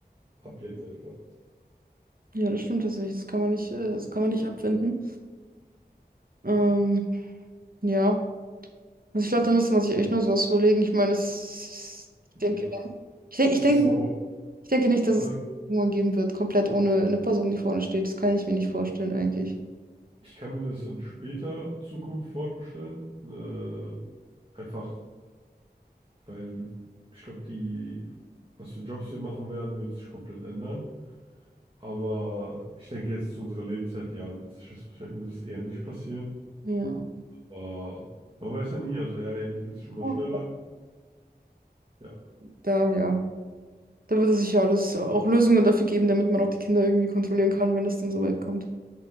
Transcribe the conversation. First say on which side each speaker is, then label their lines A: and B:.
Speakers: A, on the right; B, on the right.
A: ablehnen einfach.
B: ja, das stimmt tatsächlich. Das kann man nicht, äh, das kann man nicht abwenden. Ähm, ja. Also ich glaube, da müsste man sich echt nur sowas überlegen. Ich meine, das ist, ich denke,
A: Ja,
B: wenn- ich denke,
A: es
B: ich denke,
A: ist ja auch.
B: ich denke nicht, dass
A: Ich
B: es
A: sag,
B: irgendwann geben wird, komplett ohne eine Person, die vorne steht. Das kann ich mir nicht vorstellen eigentlich.
A: ich kann mir das in später Zukunft vorstellen. Äh, einfach, weil ich glaube, die, was für Jobs wir machen werden, wird sich komplett ändern. Aber ich denke jetzt zu unserer Lebzeit, ja, wird sich das wahrscheinlich, wird es eher nicht passieren.
B: Ja.
A: Aber man weiß ja nie, also er entwickelt sich immer
B: Oh.
A: schneller. Ja,
B: Daher. Da wird es sicher alles auch Lösungen dafür geben, damit man auch die Kinder irgendwie kontrollieren kann, wenn es denn so weit kommt.